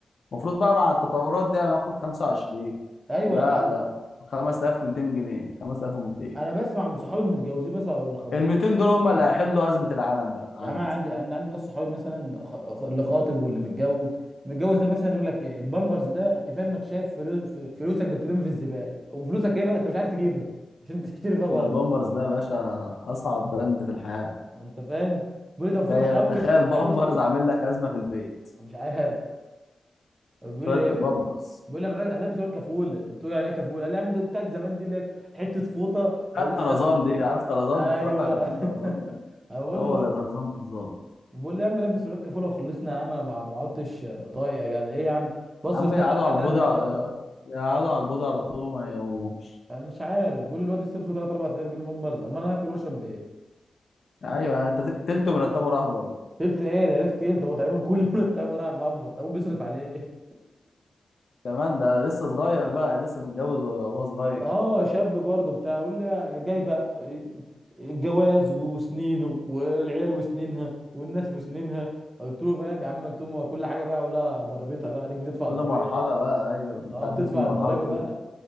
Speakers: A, on the left; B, on the right.
A: المفروض بقى مع التطورات دي انا هاخد 25
B: ايوه
A: لا
B: يا عم
A: لا 5200 جنيه 5200
B: انا بسمع من صحابي المتجوزين مثلا او اللي خاطبين
A: ال 200 دول هم اللي هيحلوا ازمه العالم بقى عندي
B: يا عم انا عندي انا عندي ناس صحابي مثلا خ- خ- اللي خاطب واللي متجوز المتجوز ده مثلا يقول لك إيه، البامبرز ده كفايه انك شايف فلوس فلوسك بترمي في الزباله وفلوسك ايه بقى انت مش عارف تجيبها عشان <laughs> تشتري فيها بامبر
A: ده البامبرز ده يا باشا اصعب براند في الحياه
B: انت فاهم بيقول لي انت المفروض
A: تخيل
B: تحوش
A: تخيل
B: بحوش
A: بامبرز
B: ليه
A: عامل لك ازمه في البيت
B: أنا مش عارف بيقول
A: شويه
B: لي ايه
A: بامبرز
B: بيقول لي انا راجل- هلبس لك كفوله قلت له يعني ايه كفوله قال لي يا عم ده بتاعت زمان دي لك حته فوطه ولزق
A: هات طرزان
B: على
A: دي عارف طرزان
B: ايوه
A: اتفرجت على كرتون
B: <laughs>
A: طرزان
B: بقول
A: هو
B: له بقول
A: زي طرزان بالظبط
B: بقول لي يا عم لبس الواد كفوله وخلصنا يا عم انا ما ما عدتش طايق يا جدع ايه يا عم بصرف
A: يا عم
B: 3
A: يقعدوا
B: 4000
A: على البودي
B: جنيه
A: على-
B: بامبرز
A: يقعدوا على البودي على طول وما يقوموش
B: انا مش عارف بقول لي الواد يصرف 3 4000 جنيه بامبرز اما انا هاكل واشرب بايه
A: ايوه انت ت- تلته مرتبه راح بامبرز
B: تلت ايه ده يا ريت تلت هو تقريبا كل يوم التاني رايح بامبرز ابوه بيصرف عليه
A: كمان ده لسه صغير بقى لسه متجوز وهو وهو صغير
B: اه شاب برضه بتاع بيقول لي جاي بقى الجواز وسنينه والعيال وسنينها والناس وسنينها قلت له فاهم يا عم انتم كل حاجه بقى ولا ضريبتها بقى ديك بتدفع
A: كل
B: الضريبه
A: مرحله بقى ايوه انت
B: اه
A: عديت
B: بتدفع
A: من مرحله
B: الضريبه بقى